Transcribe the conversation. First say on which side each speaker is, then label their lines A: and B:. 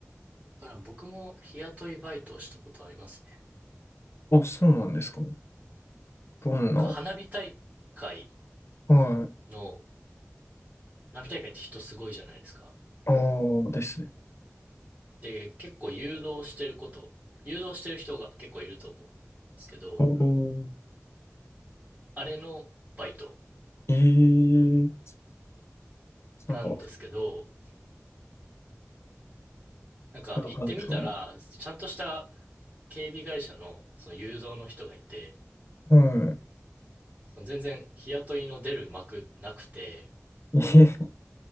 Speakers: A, on the right; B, on the left.
A: だから僕も日雇いバイトをしたことありますね。
B: あ、そうなんですか。どんな。
A: なんか花火大会
B: はい。
A: の、花火大会って人すごいじゃないですか。
B: ああですね。
A: で、結構誘導してること、誘導してる人が結構いると思うんですけど、
B: おー。
A: あれのバイト
B: ええーなんか、
A: なんですけど、
B: はい。
A: なんか行ってみたら、
B: こういう感じそ
A: ちゃんとした警備会社のその誘導の人がいて、
B: う。は
A: その全然日雇いの出る幕なくて、
B: い。ええ